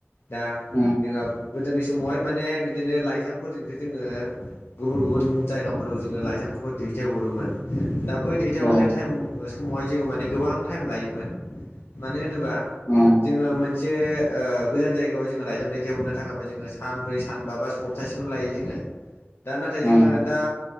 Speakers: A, on the left; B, on the left.
A: दा
B: उम
A: जोंहा गोदोनि समावहाय माने बिदिनो लाइजामफोरजोंसो जोङो गुबुन गुबुन जायगाफोराव जोङो लाइजामफोरखौ दैथायहरोमोन दा बै दैथायहरनाय
B: औ
A: टाइम ओ समावहाय जोङो माने गोबां टाइम लायोमोन मानो होनोबा
B: उम
A: जोङो मोनसे ओ गोजान जायगायाव जोङो लाइजाम दैथाय हरनो थाखायबा जोङो सानब्रै सानबा बा सब थासेखौनो लायो जोङो।
B: <inaudible>
A: दा नाथाय
B: उम
A: जोङो दा